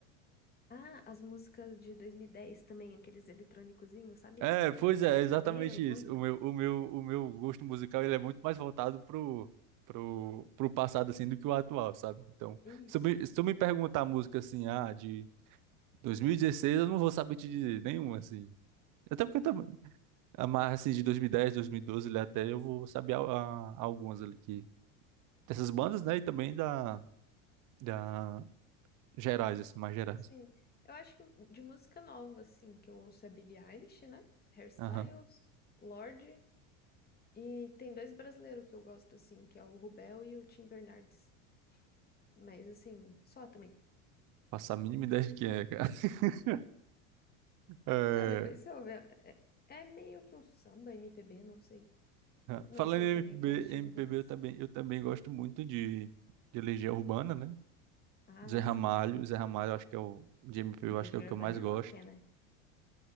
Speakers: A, on the left; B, on the right.
A: Ah, as músicas de 2010 também, aqueles eletrônicozinhos, sabe?
B: É, pois é, exatamente
A: Meu, bom
B: isso.
A: demais.
B: O meu, o meu, o meu gosto musical ele é muito mais voltado pro, pro, pro passado assim do que o atual, sabe? Então,
A: Isso.
B: se tu me, se tu me perguntar a música assim, ah, de 2016, eu não vou saber te dizer nenhuma assim. Até
A: Sim,
B: porque também a mais assim de 2010, 2012, ali até eu vou saber a, a- algumas ali que dessas bandas, né, e também da da gerais assim, mais gerais.
A: Sim, eu acho que de música nova, assim, que eu ouço é Billie Eilish, né? Hairstyles,
B: Aham.
A: Lorde. E tem dois brasileiros que eu gosto, assim, que é o Rubel e o Tim Bernardes. Mas, assim, só também.
B: Faço a mínima ideia de quem é, cara. <laughs> É,
A: Não, depois você ouve. É, é meio que um samba, MPB, não sei.
B: <laughs> Ah,
A: Não
B: Falando
A: sei
B: em
A: também
B: MPB,
A: qual é o estilo
B: MPB
A: deles.
B: eu também, eu também gosto muito de, de Legião Urbana, né?
A: Ah,
B: Zé Ramalho,
A: sim.
B: Zé Ramalho eu acho que é o de MPB,
A: Mas
B: eu acho
A: Legião
B: que é o que
A: Urbana
B: eu mais
A: é
B: gosto.
A: rock, é, né?